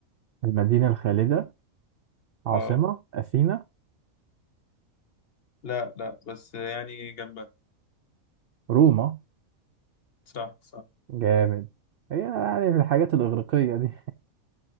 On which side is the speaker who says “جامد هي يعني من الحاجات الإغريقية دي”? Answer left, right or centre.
Right